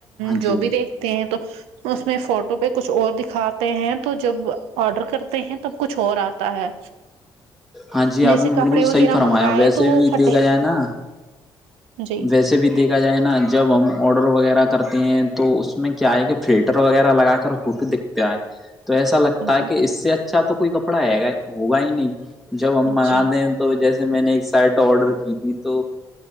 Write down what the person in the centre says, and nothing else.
ہاں
جی
ہاں جی
آپ نے
بالکل
صحیح فرمایا
ویسے
بھی
دیکھا جائے نا
ویسے بھی تو دیکھا جائے نا جب ہم آڈر وغیرہ کرتے ہیں تو اس میں کیا ہے کہ فلٹر وغیرہ لگا کر فوٹو دیکھ کیا ہے تو ایسا لگتا ہے
کہ اس سے اچھا تو کوئی کپڑا ہے گا ہوگا ہی نہیں جب ہم منگا
دیں تو جیسے میں نے ایک سائٹ آڈر کی تھی تو